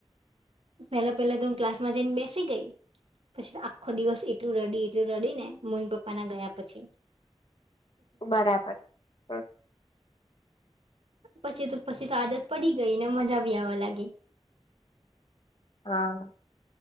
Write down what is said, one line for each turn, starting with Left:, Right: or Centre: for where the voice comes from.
Right: પેલા પેલા તો હું ક્લાસમાં જઈને બેસી ગઈ પછી તો આખો દિવસ એટલું રડી એટલું રડી ને મમ્મી પપ્પા ના ગયા પછી હ
Left: બરાબર હ
Right: પછી તો પછી તો આદત પડી ગઈ ને મજા બી આવા લાગી
Left: હા